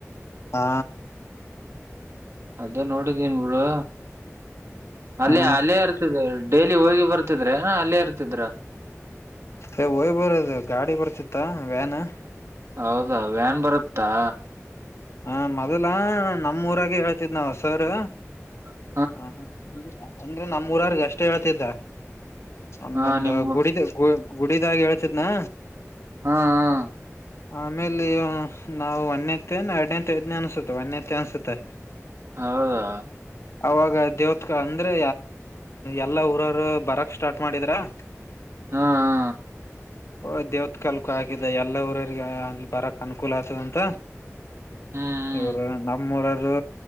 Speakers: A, on the left; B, on the right.
A: ಹಾ.
B: ಅದ್ದೇ ನೋಡಿದೀನ್ ಬಿಡು ಅಲ್ಲೇ
A: ಹಾ
B: ಅಲ್ಲೇ ಇರ್ತದೆ. ಡೈಲಿ ಹೋಗಿ ಬರ್ತಿದ್ರ ಅಲ್ಲೇ ಇರ್ತಿದ್ರ.
A: ಏ ಹೋಗಿ ಬರೋದು ಗಾಡಿ ಬರ್ತಿತ್ತಾ ವ್ಯಾನ್.
B: ಹೌದಾ ವ್ಯಾನ್ ಬರುತ್ತಾ.
A: ಹ ಮೊದಲ ನಮ್ಊರಾಗ ಹೇಳ್ತಿದ್ ನಾವ್ ಸರ್.
B: ಹ
A: ಹ ಅಂದ್ರೆ ನಮ್ಮ್ ಊರರ್ಗ ಅಷ್ಟೇ ಹೇಳ್ತಿದ್ದ. ಒಂದೊಂದು
B: ಹಾ ಹಾ ನಿಮ್ಮ
A: ಗುಡಿ ಗುಡಿದ ಗುಡಿದಾಗಿ ಹೇಳ್ತಿದ್ನಾ.
B: ಹಾ ಹ.
A: ಆಮೇಲೆ ನಾವು ಒಂದತ್ತ ಎರಡನೇ ಐದನೇ ಅನ್ಸುತ್ತೆ ಒಂದತ್ತ ಅನ್ಸುತ್ತೆ.
B: ಹೌದ <unintelligible>
A: ಅವಾಗ ದೇವತ್ಕ ಅಂದ್ರೆ ಎಲ್ಲಾ ಊರವರು ಬರಕ್ ಸ್ಟಾರ್ಟ್ ಮಾಡಿದ್ರ <unintelligible> <inaudible>
B: ಹಾ <unintelligible>
A: <inaudible> ಓ ದೇವತ್ ಕಾಲಕ್ಕ ಹಾಕಿದ ಎಲ್ಲಾ ಊರಿಗೆ ಅಲ್ಲಿ ಬರಕ್ ಅನುಕೂಲ ಆಗ್ತದಂತ.
B: ಹ್ಮ್ ಹ್ಮ್
A: ಇವರು ನಮ್ಮೂರರು